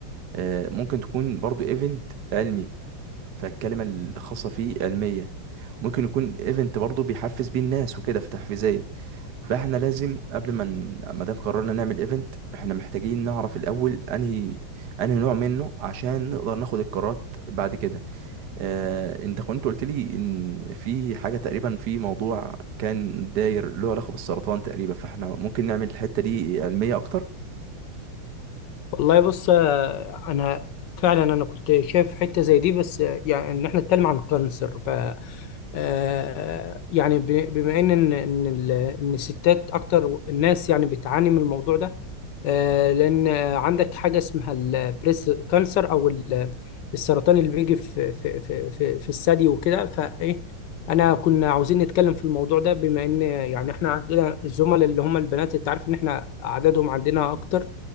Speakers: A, on the right; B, on the left.
A: آه، ممكن تكون برضو ايفنت علمي فالكلمة الخاصة فيه علمية ممكن يكون ايفنت برضه بيحفز بيه الناس وكده في تحفيزيا فاحنا لازم قبل ما ن- ما دام قررنا نعمل ايفنت احنا محتاجين نعرف الاول انهي انهي نوع منه عشان نقدر ناخد القرارات بعد كده اه انت كنت قلت لي ان في حاجة تقريبا في موضوع كان داير له علاقة بالسرطان تقريبا فاحنا ممكن نعمل الحتة دي علمية اكتر
B: والله بص آه، انا فعلا انا كنت شايف حته زي دي بس آه، يعني ان احنا نتكلم عن الكانسر ف آه، يعني ب- بما ان ان ان ال- إن الستات اكتر الناس يعني بتعاني من الموضوع ده آه، لان آه، عندك حاجه اسمها البريس كانسر او ال- السرطان اللي بيجي في في في في في الثدي وكده فايه انا كنا عاوزين نتكلم في الموضوع ده بما ان يعني احنا عندنا الزملاء اللي هم البنات انت عارف ان احنا عددهم عندنا اكتر